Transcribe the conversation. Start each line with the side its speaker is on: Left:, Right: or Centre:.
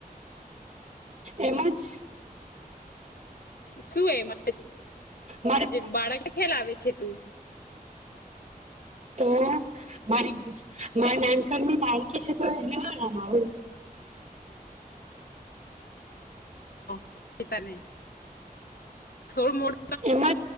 Right: એમાં જ.
Left: શું એ મ
Right: મારે
Left: જ બાળક ખ્યાલ આવે છે તું.?
Right: તો મારી મારા નાનકણની બાળકી છે તો એને ના ના રમાડું?
Left: <inaudible> તાને થોડું મોડ
Right: એમજ